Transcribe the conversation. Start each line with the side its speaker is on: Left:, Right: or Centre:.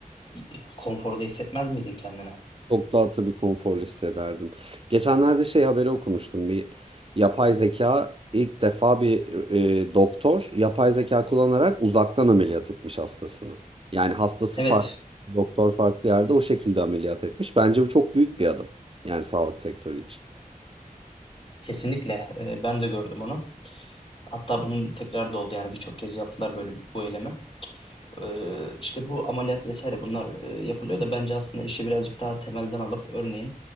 Left: e, konforda hissetmez miydin kendine?
Right: Çok daha tabii konforlu hissederdim. Geçenlerde şey haberi okumuştum. Bir yapay zeka ilk defa bir e, doktor yapay zeka kullanarak uzaktan ameliyat etmiş hastasını. Yani hastası
Left: Evet
Right: farklı, doktor farklı yerde o şekilde ameliyat etmiş. Bence bu çok büyük bir adım. Yani sağlık sektörü için.
Left: kesinlikle E, ben de gördüm onu. Hatta bunun tekrar da oldu yani birçok kez yaptılar böyle bu eylemi. Ee, işte bu ameliyat vesaire bunlar e, yapılıyor da bence aslında işi birazcık daha temelden alıp örneğin